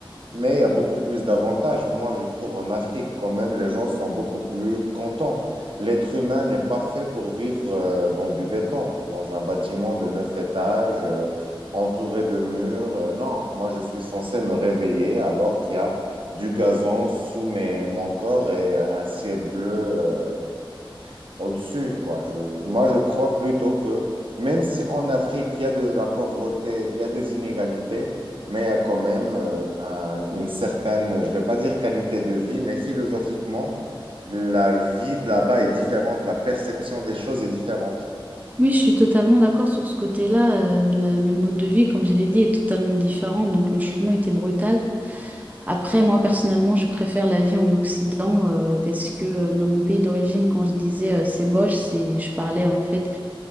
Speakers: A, on the right; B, on the right.
A: mais il y a beaucoup plus d'avantages. Moi, je trouve en Afrique, quand même, les gens sont beaucoup plus contents. L'être humain n'est pas fait pour vivre euh, dans du béton, dans un bâtiment de neuf étages, euh, entouré de murs. Euh, non, moi, je suis censé me réveiller alors qu'il y a du gazon sous mes, mon corps et euh, un ciel bleu. euh, au-dessus, quoi. Je- je- moi, je crois plutôt que même si en Afrique, il y a de la pauvreté, il y a des inégalités, mais il y a quand même euh, un- une certaine, je vais pas dire qualité de vie, mais philosophiquement, la vie de là-bas est différente, la perception des choses est différente.
B: Oui, je suis totalement d'accord sur ce côté-là. Euh, la- le mode de vie, comme je l'ai dit, est totalement différent, donc le changement était brutal. Après, moi, personnellement, je préfère la vie en Occident euh, parce que euh, dans mon pays d'origine, quand je disais euh, c'est moche, c'est, je parlais en fait